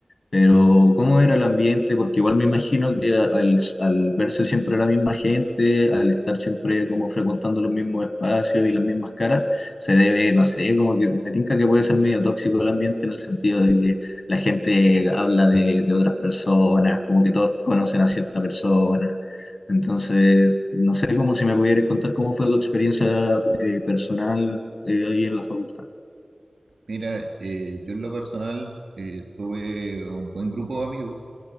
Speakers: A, on the left (about 80°); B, on the right (about 85°).
A: Pero,
B: Ya.
A: ¿cómo era el ambiente? Porque igual me imagino que a- al, al verse siempre la misma gente, al estar siempre como frecuentando los mismos espacios y las mismas caras, se debe, no sé, como que me tinca que puede ser medio tóxico el ambiente en el sentido de que la gente habla de, de otras personas, como que todos conocen a cierta persona. Entonces, no sé cómo si me pudieras contar cómo fue tu experiencia eh, personal eh, ahí en la facultad.
B: Mira, eh, yo en lo personal eh, tuve un buen grupo de amigos